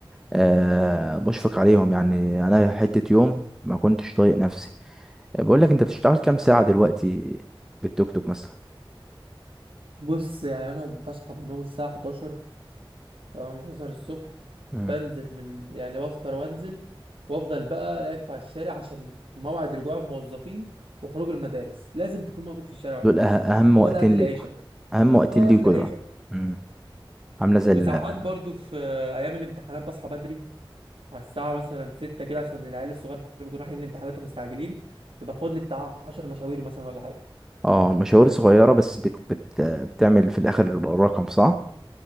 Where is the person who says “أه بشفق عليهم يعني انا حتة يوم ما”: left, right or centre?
Centre